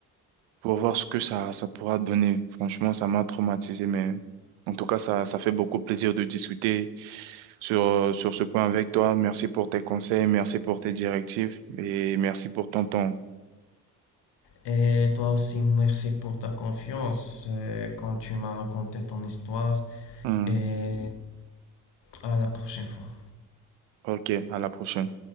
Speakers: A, on the right; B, on the left.
A: pour voir ce que ça, ça pourra donner. Franchement, ça m'a traumatisé, mais en tout cas, ça, ça fait beaucoup plaisir de discuter sur, euh, sur ce point avec toi. Merci pour tes conseils, merci pour tes directives et merci pour ton temps.
B: Et toi aussi, merci pour ta confiance euh, quand tu m'as raconté ton histoire.
A: Hmm.
B: Et à la prochaine fois.
A: Ok, à la prochaine.